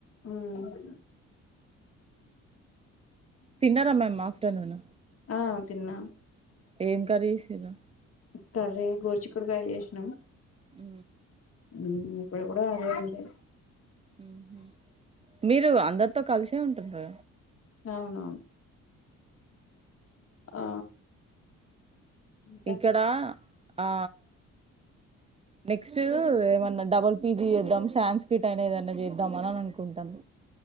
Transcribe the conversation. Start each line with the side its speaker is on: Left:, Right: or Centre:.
Left: ఉమ్
Right: తిన్నార మ్యామ్ ఆఫటర్నూన్
Left: ఆ తిన్నా
Right: ఏం కర్రి చేసిర్రు
Left: కర్రీ గోరుచిక్కుడుకాయ చేసినం
Right: ఉ
Left: ఉమ్ ఇప్పుడు కూడా అదే ఉంది
Right: ఉమ్ హు మీరు అందరితో కలిసే ఉంటురుగా
Left: అవునవును ఆ ఇంకా
Right: ఇక్కడ ఆ నెక్స్ట్ ఏమన్నా డబల్ పీజీ చేద్దాం సాన్స్క్రిట్ అయినా ఏదన్నా చేద్దామని అని అనుకుంటాన